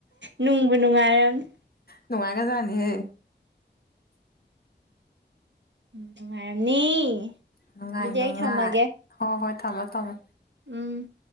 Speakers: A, on the right (about 85°); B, on the left (about 60°).
A: ꯅꯨꯡꯕꯨ ꯅꯨꯡꯉꯥꯏꯔꯝꯅꯤ
B: ꯅꯨꯡꯉꯥꯏꯒ꯭ꯔꯖꯥꯅꯤꯍꯦ
A: ꯅꯨꯡꯉꯥꯏꯔꯝꯅꯤ
B: ꯅꯨꯡꯉꯥꯏ
A: ꯑꯗꯨꯗꯤ
B: ꯅꯨꯡꯉꯥꯏ
A: ꯑꯩ ꯊꯝꯃꯒꯦ
B: ꯍꯣꯏ ꯍꯣꯏ ꯊꯝꯃꯣ ꯊꯝꯃꯣ
A: ꯎꯝ